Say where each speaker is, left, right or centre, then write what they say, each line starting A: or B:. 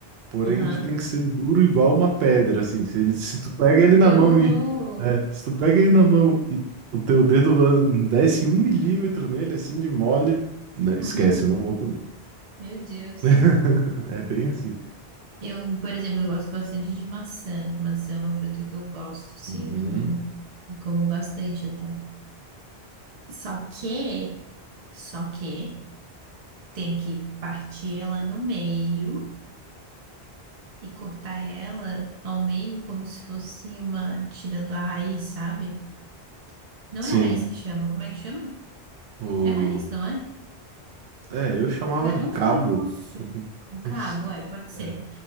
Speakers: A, on the right; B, on the right.
A: Porém,
B: Aham.
A: ele tem que ser duro igual uma pedra, assim. Se ele, se tu pega ele na
B: Que
A: mão
B: horror.
A: e. é, se tu pega ele na mão e o teu dedo ah, desce um milímetro nele, assim, de mole, né, esquece,
B: Uhum.
A: eu não vou comer.
B: Meu Deus.
A: <laughs> É bem assim.
B: Eu, por exemplo, eu gosto bastante de maçã. Maçã é uma fruta que eu gosto, sim,
A: Uhum.
B: que como bastante até. Só que, só que tem que partir ela no meio e cortar ela ao meio como se fosse uma, tirando a raiz, sabe? Não
A: Sim.
B: é a raiz que chama, como é que chama?
A: O...
B: É a raiz, não é?
A: É, eu chamava
B: Cara-
A: de cabo.
B: Um caroço.
A: <laughs>
B: Um cabo, é, pode ser.
A: É.